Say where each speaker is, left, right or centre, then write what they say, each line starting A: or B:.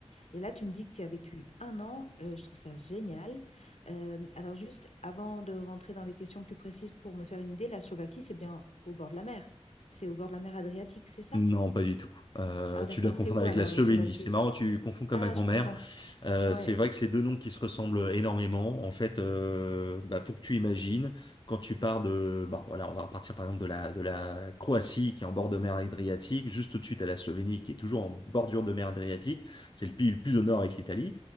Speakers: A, on the left; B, on the left.
A: Et là, tu me dis que tu y as vécu un an. euh, je trouve ça génial. Euh, alors juste, avant de rentrer dans des questions plus précises pour me faire une idée, la Slovaquie, c'est bien au bord de la mer. C'est au bord de la mer Adriatique, c'est ça?
B: Non, pas du tout. Euh,
A: Ah d'accord,
B: tu dois confondre
A: c'est où
B: avec
A: alors
B: la Slovénie.
A: la Slovaquie?
B: C'est marrant, tu confonds comme
A: Ah,
B: ma grand-mère.
A: je confonds.
B: Euh,
A: Ouais.
B: c'est vrai que c'est deux noms qui se ressemblent énormément. En fait, euh, bah, pour que tu imagines, quand tu pars de, bah, voilà, on va repartir par exemple de la de la Croatie qui est en bord de mer Adriatique, juste tout de suite à la Slovénie qui est toujours en bordure de mer Adriatique. C'est le pays le plus au nord avec l'Italie.